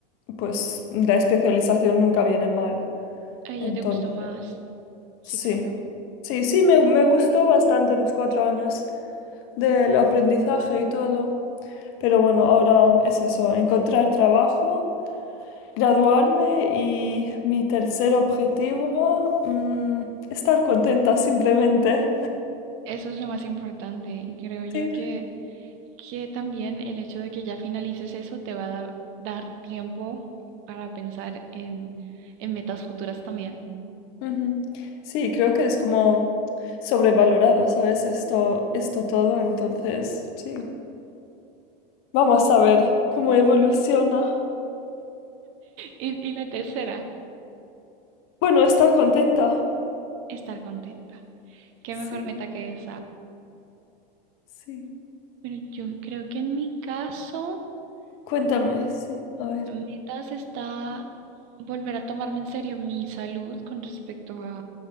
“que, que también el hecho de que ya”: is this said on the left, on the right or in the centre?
Right